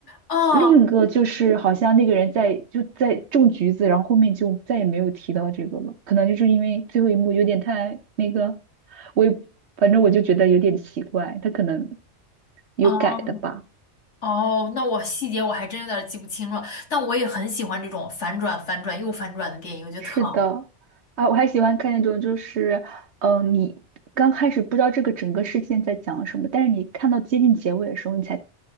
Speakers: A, on the left; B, on the right.
A: 哦
B: 另一个就是好像那个人在就在种橘子，然后后面就再也没有提到这个了，可能就是因为最后一幕有点太那个，我也反正我就觉得有点奇怪，他可能有改的吧。
A: 哦哦，那我细节我还真有点记不清了，但我也很喜欢这种反转、反转又反转的电影，我觉得特好。
B: 是的，啊，我还喜欢看那种，就是，嗯，你刚开始不知道这个整个事件在讲什么，但是你看到接近结尾的时候，你才